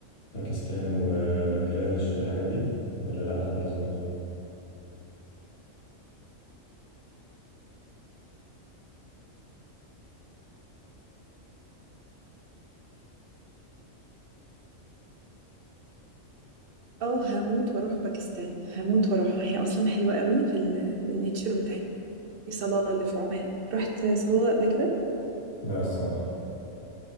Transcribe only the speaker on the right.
اه هموت واروح باكستان هموت واروحها هي اصلا حلوه قوي في ال- النيتشر بتاعت صلاله اللي في عمان رحت صلاله قبل كده